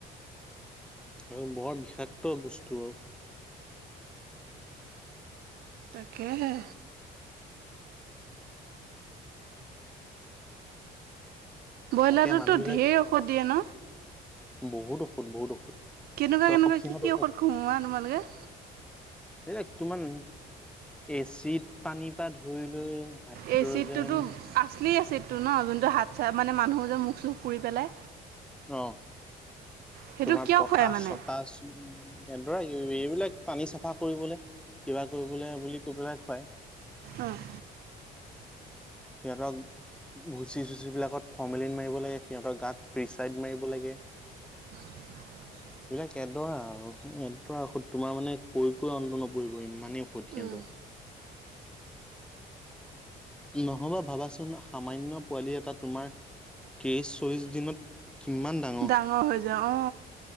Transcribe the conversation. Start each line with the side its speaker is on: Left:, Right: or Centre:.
Centre: আৰু বৰ বিষাক্ত বস্তু আৰু।
Right: তাকে হে। ব্ৰইলাৰটোতো
Centre: তাকে মানুহ বিলাকে
Right: ঢেৰ ঔষধ দিয়ে ন
Centre: বহুত ঔষধ, বহুত ঔষধ।
Right: কেনেকুৱা,
Centre: চব
Right: কেনেকুৱা
Centre: সিহঁত
Right: কি, কি ঔষধ খু তোমালোকে?
Centre: সেই তোমমান এচিত পানীৰ পৰা ধৰি লৈ হাইড্ৰজেন
Right: এই চিটটোতো আচলি এ চিটটো ন যোনটো হাত চ মানে মানুহ যে মুখ, চুখ পুৰি পেলাই
Centre: অ,
Right: সেইটো
Centre: তোমাৰ
Right: কিয়
Centre: পটাশ,
Right: খুৱাই মানে
Centre: চটাশ উ, ধৰা এইবিলাক পানী চাফা কৰিবলৈ কিবা কৰিবলৈ বুলি কৈ পেলাই খুৱাই।
Right: অ'।
Centre: কেৰক ভুচি চুচিবিলাকত ফৰ্মেলিন মাৰিব লাগে সিহঁতৰ গাত পিচাইড মাৰিব লাগে।
Right: <inaudible>
Centre: এইবিলাক এডৰা আৰু এডৰা তোমাৰ মানে কৈ, কৈ অন্ত নপঢহিব ইমানেই সিহঁতৰ
Right: উম।
Centre: নহবা ভাবাচোন সামান্য পোৱালি এটা তোমাৰ তেইশ, চল্লিশ দিনত কিমান দাম।
Right: ডাঙৰ হৈ যায় অ,